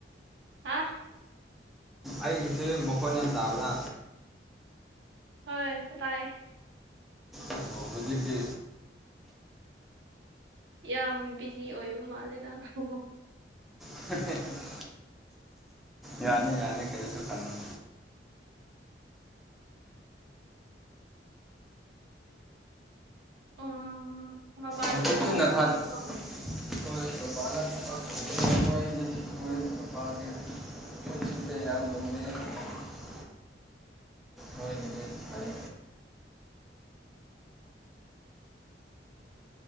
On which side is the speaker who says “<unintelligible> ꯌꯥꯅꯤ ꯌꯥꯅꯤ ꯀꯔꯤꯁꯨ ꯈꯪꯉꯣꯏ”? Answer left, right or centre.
Centre